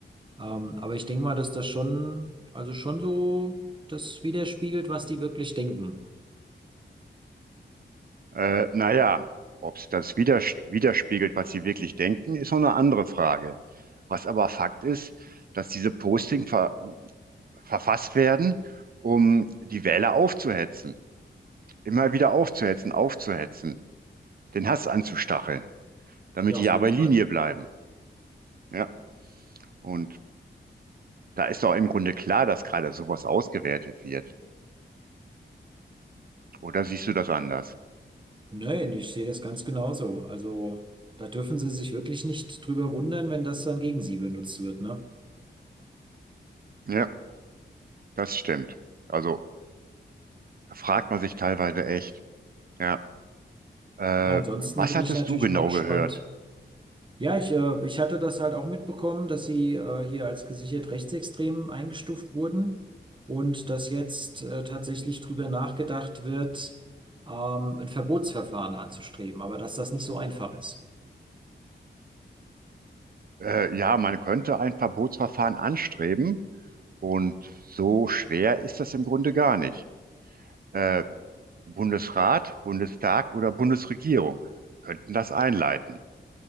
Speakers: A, on the right (about 25°); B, on the right (about 50°).
A: Ähm, aber ich denke mal, dass das schon, also schon so das widerspiegelt, was die wirklich denken.
B: Äh, naja, ob es das widers widerspiegelt, was sie wirklich denken, ist noch eine andere Frage. Was aber Fakt ist, dass diese Posting ver verfasst werden, um die Wähler aufzuhetzen. Immer wieder aufzuhetzen, aufzuhetzen, den Hass anzustacheln, damit
A: Ja,
B: die
A: auf
B: ja
A: jeden
B: bei
A: Fall.
B: Linie bleiben. Ja, und da ist doch im Grunde klar, dass gerade sowas ausgewertet wird. Oder siehst du das anders?
A: Nein, ich sehe das ganz genauso. Also da dürfen sie sich wirklich nicht drüber wundern, wenn das dann gegen sie benutzt wird, ne?
B: Ja, das stimmt. Also Da fragt man sich teilweise echt, ja, äh,
A: Ja, ansonsten
B: was
A: bin
B: hattest
A: ich natürlich
B: du genau
A: mal gespannt.
B: gehört?
A: Ja, ich, äh, ich hatte das halt auch mitbekommen, dass sie äh, hier als gesichert rechtsextrem eingestuft wurden und dass jetzt äh, tatsächlich drüber nachgedacht wird, ähm, ein Verbotsverfahren anzustreben, aber dass das nicht so einfach ist.
B: Äh, ja, man könnte ein Verbotsverfahren anstreben und so schwer ist das im Grunde gar nicht. Äh, Bundesrat, Bundestag oder Bundesregierung könnten das einleiten.